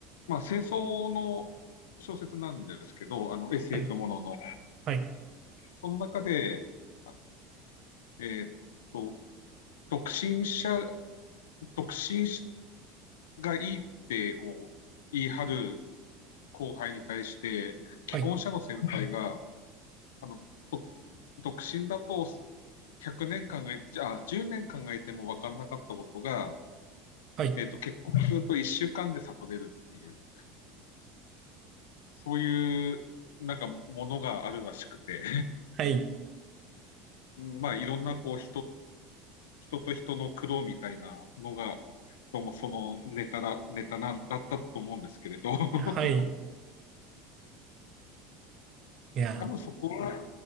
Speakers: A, on the left; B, on the right.
A: まあ、戦争の小説なんですけど、あの、SF
B: はい、
A: ものの。
B: はい、
A: その中で、あえっと、独身者、独身がいいって、こう、言い張る後輩に対して、既婚者の先輩が、
B: はい、
A: あの、と独身だと1 0年考え、じゃあ、10年考えても分かんなかったことが、
B: はい、
A: えっと、結婚すると1週間で悟れるっていう。そういうなんかものがあるらしくて
B: はい、
A: <laughs> まあいろんなこう人、人と人の苦労みたいなのが、どうもそのネタだ、ネタなんだったと思うんですけれど <laughs>、
B: はい、いや、
A: 多分そこは、